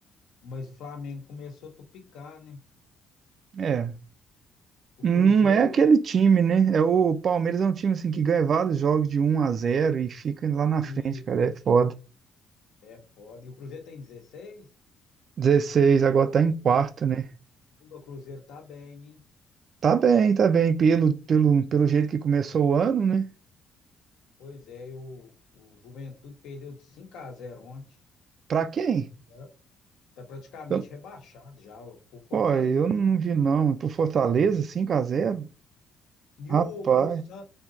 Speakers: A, on the left (about 75°); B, on the right (about 40°).
A: Mas o Flamengo começou a tupicar, né?
B: É.
A: O
B: Não
A: Cruzeiro...
B: é aquele
A: tá-
B: time, né? É o Palmeiras é um time assim que ganha vários jogos de um a zero e fica lá na
A: Ih,
B: frente, cara. É foda.
A: É foda. E o Cruzeiro tem 16.
B: 16 agora tá em quarto, né?
A: O meu Cruzeiro tá bem, hein?
B: Tá bem, tá bem. Pelo, pelo, pelo jeito que começou o ano, né?
A: Pois é, e o, o Juventude perdeu de 5 a zero ontem.
B: Pra quem?
A: Já tá praticamente
B: Eu,
A: rebaixado já ó, por Fortaleza.
B: pô, eu não vi não. Pro Fortaleza, 5 a zero.
A: E
B: Rapaz.
A: o, e o, San,